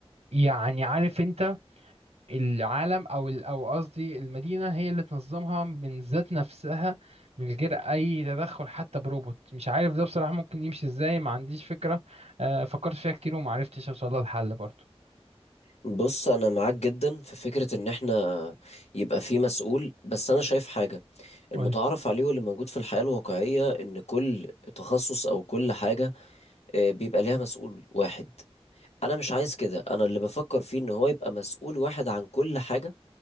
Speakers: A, on the right; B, on the left.
A: يعني عارف انت العالم او ال- او قصدي المدينه هي اللي تنظمها من ذات نفسها من غير اي تدخل حتى بروبوت مش عارف ده بصراحه ممكن يمشي ازاي ما عنديش فكره آه، فكرت فيها كتير وما عرفتش اوصل لها الحل برضه
B: بص انا معاك جدا في فكرة ان احنا يبقى في مسؤول بس انا شايف حاجة
A: قولي
B: المتعارف عليه واللي موجود في الحياة الواقعية ان كل تخصص او كل حاجة آه، بيبقى ليها مسؤول واحد انا مش عايز كده انا اللي بفكر فيه ان هو يبقى مسؤول واحد عن كل حاجة